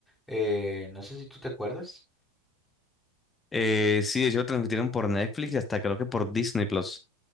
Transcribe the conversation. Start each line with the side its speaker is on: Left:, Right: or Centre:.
Centre: Eh, no sé si tú te acuerdas.
Left: Eh, sí, de hecho lo transmitieron por Netflix y hasta creo que por Disney Plus.